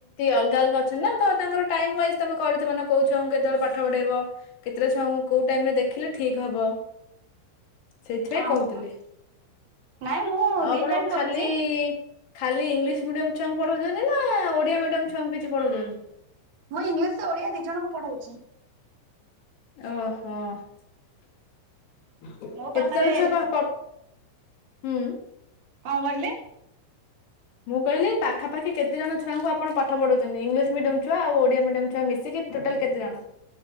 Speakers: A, on the left; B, on the right.
A: ଅଲଗା, ଅଲଗା ଅଛନ୍ତି ନା ତ ତାଙ୍କର ଟାଇମ ୱାଇଜ ତମେ କରିଥିବ ନା କଉ ଛୁଆଙ୍କୁ କେତେବେଳେ ପାଠ ପଢେଇବ? କେତେଟା ଛୁଆଙ୍କୁ କୋଉ ଟାଇମ ରେ ଦେଖିଲେ ଠିକ ହବ? ସେଇଥିପାଇଁ
B: ହଁ
A: କହୁଥିଲି
B: ହଁ ନାଇଁ ମୁଁ
A: ଆଉ
B: ଦି
A: ଆପଣ
B: ଟାଇମ
A: ଖାଲି
B: କରୁଛି
A: ଖାଲି ଇଂଲିଶ ମିଡିୟମ୍ ଛୁଆଙ୍କୁ ପଢଉଛନ୍ତି ନା ଓଡିଆ ମିଡିୟମ୍ ଛୁଆଙ୍କୁ କିଛି ପଢଉଛନ୍ତି?
B: ମୁଁ ଇଂଲିଶ ଓଡିଆ ଦି ଜଣଙ୍କୁ ପଢଉଛି।
A: ଓହୋ କେତେଜଣ
B: ମୋ ପାଖରେ
A: ଛୁଆପା ହୁଁ।
B: କଣ କହିଲେ?
A: ମୁଁ କହିଲି ପାଖପାଖି କେତେ ଜଣ ଛୁଆଙ୍କୁ ଆପଣ ପାଠ ପଢ଼ଉଛନ୍ତି? ଇଂଲିଶ ମିଡିୟମ ଛୁଆ ଆଉ ଓଡିଆ ମିଡିୟମ ଛୁଆ ମିଶିକି। ଟୋଟାଲ କେତେ ଜଣ?